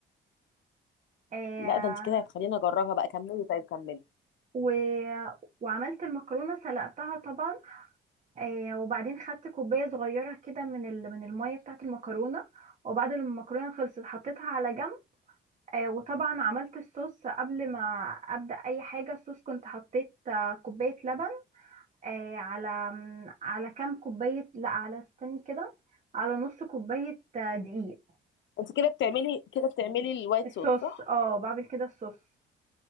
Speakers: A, on the right; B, on the left.
A: آه
B: لا ده انت كده هتخليني اجربها بقى كملي طيب كملي
A: و... وعملت المكرونة سلقتها طبعا آه وبعدين خدت كوباية صغيرة كده من ال... من المية بتاعة المكرونة وبعد ما المكرونة خلصت حطيتها على جنب آه وطبعا عملت الصوص قبل ما ابدأ اي حاجة الصوص كنت حطيت آه، كوباية لبن آه على على كام كوباية لا على استني كده على نص كوباية آه، دقيق
B: انت كده بتعملي كده بتعملي الوايت
A: الصوص
B: صوص صح
A: اه بعمل كده الصوص